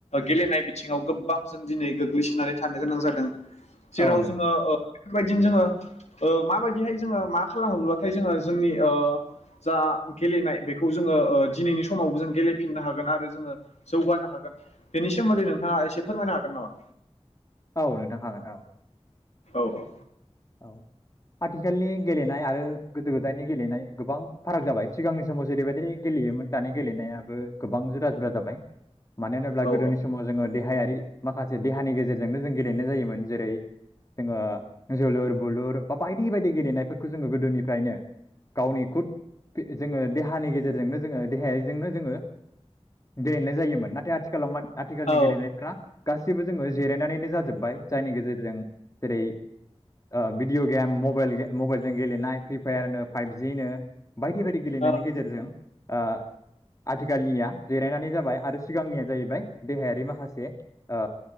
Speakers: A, on the left (about 85°); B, on the left (about 30°).
A: गेलेनाय बिथिङाव गोबां जों दिनै गोग्लैसोनानै थानो गोनां जादों जेराव
B: औ नंगौ
A: जोङो बेफोरबायदिनो जोङो ओह माबायदिहाय जोङो मा खालामोब्लाथाय जोङो जोंनि ओह जा गेलेनाय बेखौ जोङो ओह दिनैनि समावबो जों गेलेफिननो हागोन आरो जोङो जौगानो हागोन बेनि सोमोन्दै नोंथाङा एसे फोरमायनो हागोन नामा
B: औ नोंथां हागोन औ
A: औ अ
B: औ आथिखालनि गेलेनाय आरो गोदो गोदायनि गेलेनाय गोबां फाराग जाबाय सिगांनि समाव जेरैबायदि गेले योमोन दानि गेलेनायाबो गोबां जुदा जुदा जाबाय मानो होनोब्ला
A: औ
B: गोदोनि समाव जोङो देहायारि माखासे देहानि गेजेरजोंनो जों गेलेनाय जायोमोन जेरै जोङो जोलुर बोलुर बा बायदि बायदि गेलेनायफोरखौ जोङो गोदोनिफ्रायनो गावनि खुद जोङो देहानि गेजेरजोंनो जोङो देहायजोंनो जोङो गेलेनाय जायोमोन नाथाय आथिखालाव आथिखालनि
A: औ
B: गेलेनाफ्रा गासिबो जोङो जिरायनानैनो जाजोब्बाय जायनि गेजेरजों जेरै ओ भिदिअ गेम मबाइल जों गेलेनाय फ्रिपायार नो फापजिनो बायदि बायदि गेलेनायनि
A: औ
B: गेजेरजों ओ आ थिखालनिया जिरायनानै जाबाय आरो सिगांनिया जाहैबाय देहायारि माखासे ओ